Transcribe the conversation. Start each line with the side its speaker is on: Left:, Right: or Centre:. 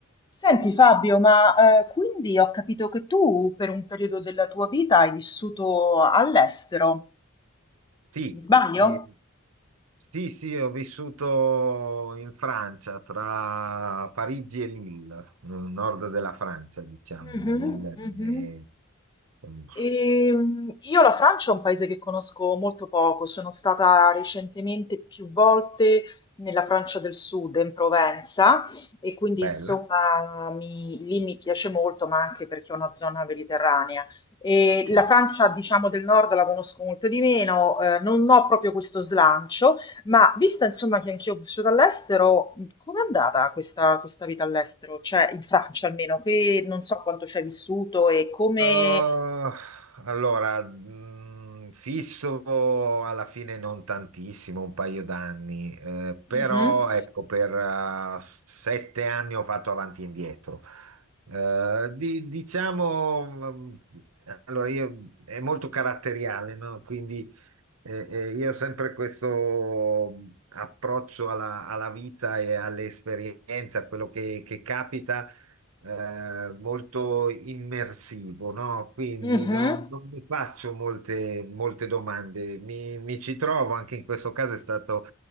Left: Senti Fabio, ma eh, quindi ho capito che tu per un periodo della tua vita hai vissuto all'estero,
Right: Sì,
Left: mi sbaglio?
Right: sì, sì, sì, ho vissuto in Francia, tra Parigi e Lille, nel nord della Francia, diciamo.
Left: Mhm,
Right: Lille
Left: mhm.
Right: è, eh,
Left: Ehm, io la Francia è un paese che conosco molto poco, sono stata recentemente più volte nella Francia del Sud, in Provenza, e quindi
Right: bella,
Left: insomma mi- lì mi piace molto, ma anche perché è una zona mediterranea. E
Right: sì,
Left: la Francia, diciamo, del nord la conosco molto di meno, eh, non ho proprio questo slancio, ma vista insomma che anch'io ho vissuto all'estero, com'è andata questa, questa vita all'estero? Cioè in Francia almeno, che non so quanto ci hai vissuto e come...
Right: Uh, allora, mh, fisso alla fine non tantissimo, un paio d'anni, eh, però
Left: Mhm,
Right: ecco, per uh, sette anni ho fatto avanti e indietro. Eh, di- diciamo, mh, allora io è molto caratteriale, no? Quindi eh, eh, io ho sempre questo mm, approccio alla, alla vita e all'esperienza, a quello che che capita eh, molto immersivo, no? Quindi
Left: mhm,
Right: non, non mi faccio molte, molte domande, mi, mi ci trovo, anche in questo caso è stato